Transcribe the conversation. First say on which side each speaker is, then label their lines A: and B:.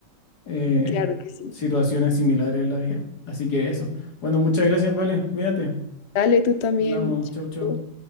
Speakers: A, on the left; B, on the left.
A: eh,
B: Claro que sí.
A: situaciones similares en la vida. Así que eso. Bueno, muchas gracias, vale. Cuídate.
B: Dale, tú también.
A: Hablamos.
B: Chao.
A: Chau, chau.